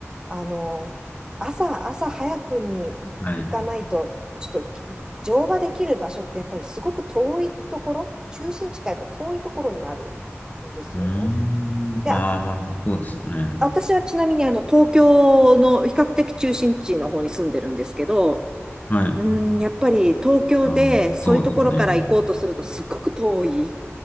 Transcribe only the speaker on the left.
はい。
うーん。
ああ、
まあ、そうですね。
はい。
ああ、そうですね。